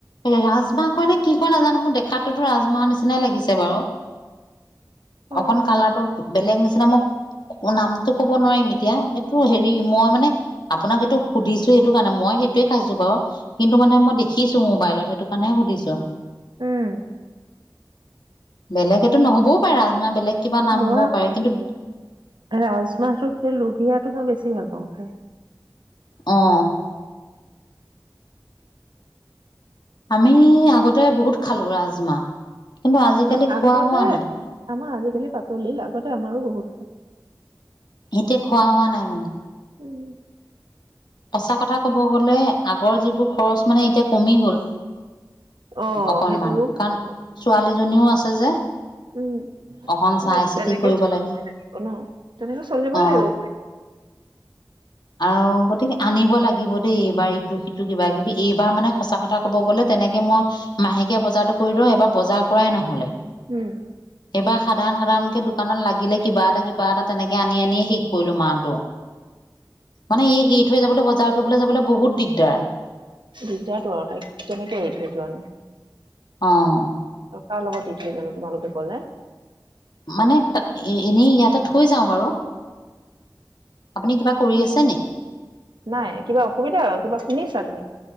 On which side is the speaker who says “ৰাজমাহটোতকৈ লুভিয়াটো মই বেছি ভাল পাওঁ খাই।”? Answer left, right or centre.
Right